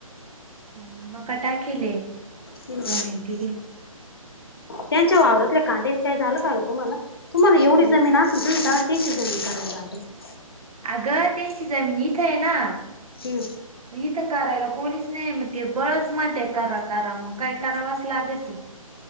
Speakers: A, on the right; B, on the left.
A: आणि मग का टाकेेले,
B: हम्म
A: दोन एक दि
B: त्यांच्या वावरातल्या कांद्याच काय झालं का तुम्हाला, तुम्हाला एवढी
A: काहीच
B: जमीन अस <unintelligible> करायला <unintelligible>
A: अगं त्यांची जमीन इथं आहे ना.
B: हम्म.
A: इथं करायला कोणीच नाही म ते बळच म्हणते करा करा मग काय करावच लाग ती.